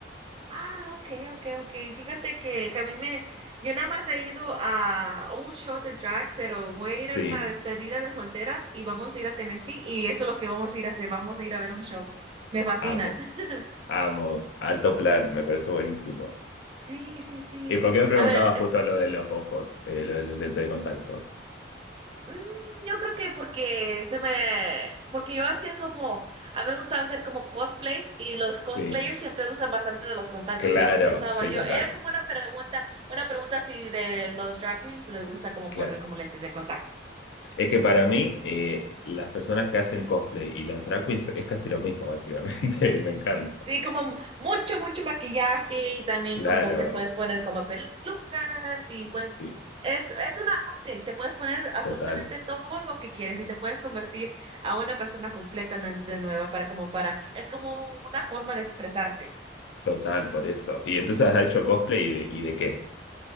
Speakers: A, on the right; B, on the left.
A: Ah, ok, ok, ok. Fíjate que, que a mí me, yo nada más he ido a un show de drag, pero voy a
B: Sí,
A: ir a una despedida de solteras y vamos a ir a Tennessee y eso es lo que vamos a ir a hacer, vamos a ir a ver un show. Me fascina.
B: amo,
A: <laughs>
B: amo, alto plan, me parece buenísimo.
A: Sí, sí, sí.
B: ¿Y por qué me preguntabas
A: A ver,
B: justo lo de los ojos, eh, lo de los lentes de contacto?
A: Mm, Yo creo que porque se me, porque yo hacía como, a mí me gustaba hacer como cosplays y los cosplayers
B: Sí,
A: siempre usan bastante de los contactos.
B: claro,
A: Yo, yo estaba,
B: sí,
A: yo
B: total,
A: era como una pregunta, una pregunta si de los drag queens les gusta como
B: claro.
A: poner como lentes de contacto.
B: Es que para mí, eh, las personas que hacen cosplay y las drag queens es casi lo mismo, básicamente, <laughs> me encanta.
A: Sí, como mucho, mucho maquillaje y también
B: Claro,
A: como te puedes poner como pelucas y pues
B: sí,
A: es, es una arte, te puedes poner absolutamente
B: total,
A: todo lo que quieres y te puedes convertir a una persona completamente nueva para como para, es como una forma de expresarte.
B: total, por eso. ¿Y entonces has hecho cosplay y de, y de qué?